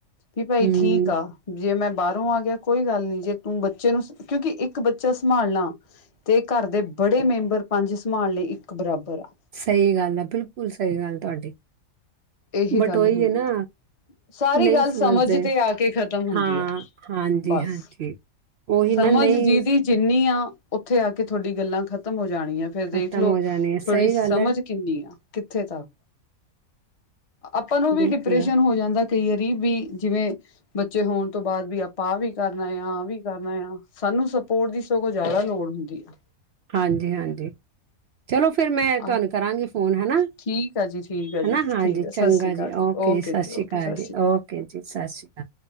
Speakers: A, on the left; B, on the right.
A: ਵੀ ਭਾਈ
B: ਹਮ
A: ਠੀਕ ਆ <unintelligible> ਬਾਹਰੋਂ ਆ ਗਿਆ ਕੋਈ ਗੱਲ ਨੀ ਜੇ ਤੂੰ ਬੱਚੇ ਨੂੰ ਕਿਉਂਕਿ ਇੱਕ ਬੱਚਾ ਸੰਭਾਲਣਾ ਤੇ ਘਰ ਦੇ ਬੜੇ ਮੈਂਬਰ ਪੰਜ ਸੰਭਾਲ ਲਈ ਇੱਕ ਬਰਾਬਰ ਆ
B: ਸਹੀ ਗੱਲ ਹੈ ਬਿਲਕੁਲ ਸਹੀ ਗੱਲ ਤੁਹਾਡੀ
A: ਇਹ
B: ਬਟ
A: ਗੱਲ
B: ਉਹੀ
A: ਹੁੰਦੀ
B: ਹੈ ਨਾ
A: ਆ ਸਾਰੀ
B: ਨਹੀਂ
A: ਗੱਲ
B: ਸਮਝਦੇ
A: ਸਮਝ ਤੇ ਆ ਕੇ ਖਤਮ ਹੁੰਦੀ
B: ਹਾਂ
A: ਆ
B: ਹਾਂਜੀ
A: ਬਸ
B: ਹਾਂਜੀ ਉਹੀ
A: ਸਮਝ
B: ਨਾ ਨਹੀਂ
A: ਜਿਹਦੀ ਜਿੰਨੀ ਆ ਉੱਥੇ ਆ ਕੇ ਤੁਹਾਡੀ ਗੱਲਾਂ ਖਤਮ ਹੋ ਜਾਣੀ ਆ ਫੇਰ ਦੇਖਲੋ
B: ਖਤਮ ਹੋ ਜਾਣੀ ਹੈ
A: ਥੋਡੀ
B: ਸਹੀ
A: ਸਮਝ
B: ਗੱਲ ਹੈ
A: ਕਿੰਨੀ ਆ ਕਿੱਥੇ <unintelligible> ਆਪਾਂ ਨੂੰ ਵੀ
B: ਬਿਲਕੁਲ
A: ਡਿਪ੍ਰੈਸ਼ਨ ਹੋ ਜਾਂਦਾ। ਕਈ ਵਾਰੀ ਵੀ ਜਿਵੇਂ ਬੱਚੇ ਹੋਣ ਤੋਂ ਬਾਅਦ ਵੀ ਆਪਾਂ ਆ ਵੀ ਕਰਨਾ ਆ ਆ ਵੀ ਕਰਨਾ ਆ ਸਾਨੂੰ ਸਪੋਰਟ ਦੀ ਸਗੋਂ ਜ਼ਿਆਦਾ ਲੋੜ ਹੁੰਦੀ ਆ।
B: ਹਾਂਜੀ ਹਾਂਜੀ ਚਲੋ ਫਿਰ ਮੈਂ ਤੁਹਾਨੂੰ
A: ਆ
B: ਕਰਾਂਗੀ ਫੋਨ ਹੈਨਾ
A: ਠੀਕ ਆ ਜੀ ਠੀਕ ਆ
B: ਹੈਨਾ
A: ਜੀ
B: ਹਾਂਜੀ
A: ਠੀਕ ਆ
B: ਚੰਗਾ
A: ਸਤਿ ਸ੍ਰੀ ਅਕਾਲ
B: ਜੀ ਓਕੇ ਜੀ ਸਤਿ ਸ਼੍ਰੀ
A: ਓਕੇ
B: ਅਕਾਲ
A: ਸਤਿ
B: ਜੀ ਓਕੇ ਜੀ ਸਤਿ ਸ਼੍ਰੀ ਅਕਾਲ